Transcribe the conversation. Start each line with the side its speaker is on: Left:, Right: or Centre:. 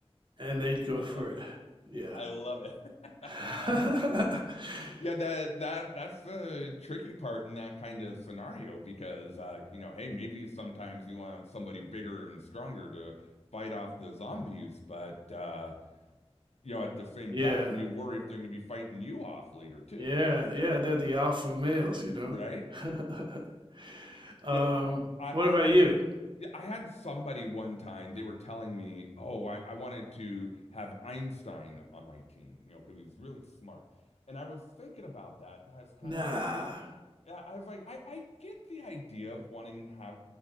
Right: and they'd go
Left: love
Right: for it.
Left: it.
Right: Yeah.
Left: I love it. <laughs>
Right: <laughs>
Left: Yeah, that that that's the tricky part in that kind of scenario because uh, you know, hey, maybe sometimes you want somebody bigger and stronger to fight off the zombies, but uh, you know, at the same
Right: Yeah.
Left: time, you worry if they're going to be fighting you off later too,
Right: Yeah, yeah, they're the alpha males, you know.
Left: right?
Right: <laughs> Um,
Left: Yeah, I I,
Right: what
Left: I
Right: about
Left: ha
Right: you?
Left: yeah, I had somebody one time, they were telling me, "Oh, I I wanted to have Einstein on my team, you know, because he's really smart." And I was thinking about that, and I was kind
Right: Nah.
Left: of like I I was like, I, I get the idea of wanting have